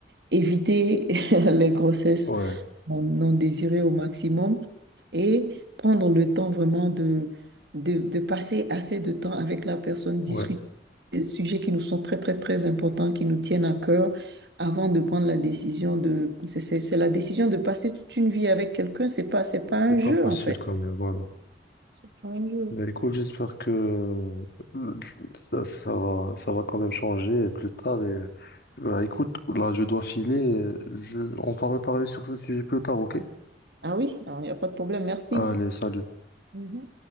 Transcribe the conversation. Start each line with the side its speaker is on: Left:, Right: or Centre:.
Right: éviter <laughs> les grossesses
Left: ouais,
Right: mon non désiré au maximum et prendre le temps vraiment de, de, de passer assez de temps avec la personne, discuter
Left: ouais.
Right: des sujets qui nous sont très, très, très importants, qui nous tiennent à cœur, avant de prendre la décision de... C'est c'est- c'est la décision de passer toute une vie avec quelqu'un, c'est pas, c'est pas un
Left: C'est pas
Right: jeu
Left: facile
Right: en fait.
Left: quand même, voilà.
Right: C'est pas un jeu.
Left: Mais écoute, j'espère que euh, ça, ça va, ça va quand même changer plus tard. Et, bah, écoute, là, je dois filer. Je, on va reparler sur ce sujet plus tard, ok?
Right: Ah oui, alors, il n'y a pas de problème, merci.
Left: Allez, salut.
Right: Mhm.